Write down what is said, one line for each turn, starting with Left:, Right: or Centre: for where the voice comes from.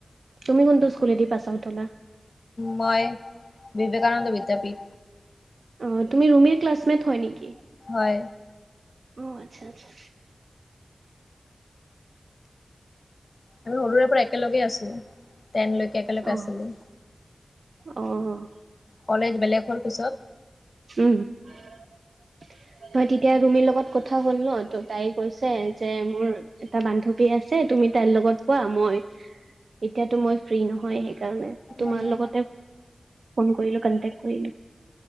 Right: তুমি কোনটো স্কুলেদি পাছ আউট হলা?
Left: মই বিবেকানন্দ বিদ্যাপীঠ।
Right: অ' তুমি ৰুমিৰ ক্লাছমেট হয় নেকি?
Left: হয়।
Right: অ' আচ্ছা আচ্ছা।
Left: আমি সৰুৰে পৰা একেলগে আছোঁ। টেন লৈকে একেলগে
Right: অ
Left: আছিলোঁ।
Right: অ'।
Left: কলেজ বেলেগ হ'ল পিছত।
Right: উম। হয় তেতিয়া ৰুমিৰ লগত কথা হ'ল ন ত তাই কৈছে যে মোৰ এটা বান্ধৱী আছে তু তুমি তাইৰ লগত শুৱা মই এতিয়াতো মই ফ্ৰী নহয় সেইকাৰণে তোমাৰ
Left: উম
Right: লগতে ফোন কৰিলোঁ কণ্টেক্ কৰিলোঁ।